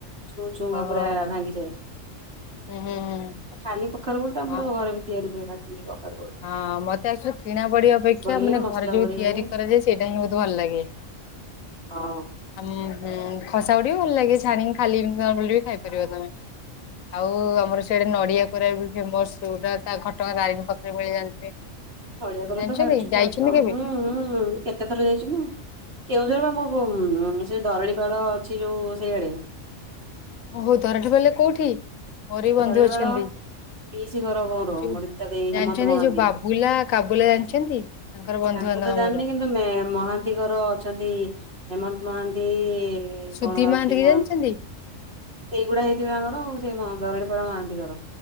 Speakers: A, on the right; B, on the left.
A: ଛୁଁ ଛୁଁ
B: ଓହୋ
A: ପୁରା ଭାଙ୍ଗିଯାଏ।
B: ହୁଁ ହୁଁ ହୁଁ।
A: ଖାଲି କଖରୁ ବୋଡ ତ ଆମର
B: ହଁ
A: ଘରେ ବି ତିଆରିହୁଏ ନା କଖର ବଠ।
B: ହଁ ମତେ ଆକ୍ଚୁଲି କିଣା ବଡି ଅପେକ୍ଷା
A: ହୁଏ
B: ମାନେ
A: ମସଲା
B: ଘରେ ଯୋଉ
A: ବଡି
B: ତିଆରି
A: ହୁଏ
B: କରାଯାଏ ସେଇଟା ହିଁ ବହୁତ ଭଲ ଲାଗେ।
A: ହଁ।
B: ଉଁ ହୁଁ ଖସା ବଡିବି ଭଲ ଲାଗେ ଛାଣିକି ଖାଲି <inaudible> ପଡିଲେ ଖାଇପାରିବ ତମେ। ଆଉ ଆମର ସିଆଡେ ନଡିଆ କୋରା ବି ଫେମସ ଜଉଟା ତା ଘଟଗାଁ ତାରିଣୀ ପାଖରେ ମିଳେ ଜାଣିଥିବେ।
A: ନଡ଼ିଆ କୋରାତ
B: ଜାଣିଛନ୍ତି
A: ଖାଇଚି
B: ଯାଇଛନ୍ତି
A: ଯାଉଛ
B: କେବେ?
A: ହୁଁ ହୁଁ। କେତେ ଥର ଯାଇଚିମୁଁ କେଉଁ ଝର ବା ମୋ ସେ ଦରଡିପାଳ ଅଛି ଯୋଉ ସେଇଆଡେ
B: ଓହୋ ଦରଡ଼ି ପାଳରେ କୋଉଠି ମୋର ବି ବନ୍ଧୁ
A: ଦରଡିପାଳ
B: ଅଛନ୍ତି।
A: ପିଇସି ଘର ମୋର
B: ଯୋଉ
A: ମୋର ରୀତା ଦେଇ ହେମନ୍ତ
B: ଜାଣିଛନ୍ତି
A: ମହାନ୍ତି
B: ଯୋଉ ବାବୁଲା କାବୁଲା ଜାଣିଛନ୍ତି? ତାଙ୍କର ବନ୍ଧୁବାନ୍ଧବ
A: ତାଙ୍କୁ ତ ଜାଣିନି
B: ଆମର।
A: କିନ୍ତୁ ମହାନ୍ତି ଘର ଅଛନ୍ତି ହେମନ୍ତ ମହାନ୍ତି
B: ସୁଧି
A: କଣ ଆଉ
B: ମହାନ୍ତି
A: କି ମ
B: ଜାଣିଛନ୍ତି
A: ସେଇଗୁଡା ହେଇଥିବ ତାଙ୍କର ଆଉ ସେଇ ଦରଡିପାଳ ମହାନ୍ତିଘର।